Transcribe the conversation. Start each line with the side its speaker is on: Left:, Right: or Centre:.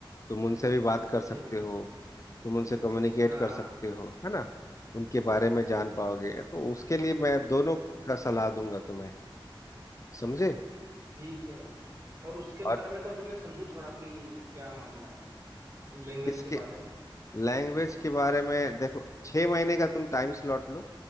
Left: तुम उनसे भी बात कर सकते
Right: जी भैया
Left: हो तुम उनसे कम्युनिकेट
Right: हाँ
Left: कर सकते हो है ना उनके बारे में जान पाओगे तो उसके लिए मैं दोनों का सलाह दूंगा तुम्हें समझे
Right: ठीक है भैया और उसके
Left: और
Right: बारे में तो अभी मैं समझू थोड़ा कि क्या मामला है लैंग्वेज
Left: इसके
Right: के बारे में
Left: लैंग्वेज के बारे में देखो छह महीने का तुम टाइम स्लॉट लो